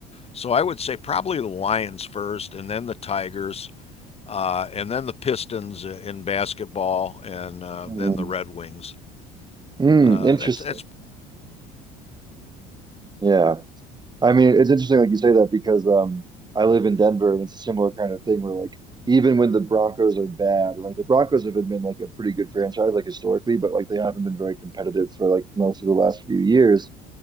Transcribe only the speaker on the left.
So I would say probably the Lions first, and then the Tigers uh, and then the Pistons in basketball, and uh,
then the Red Wings.
Uh,
that's that's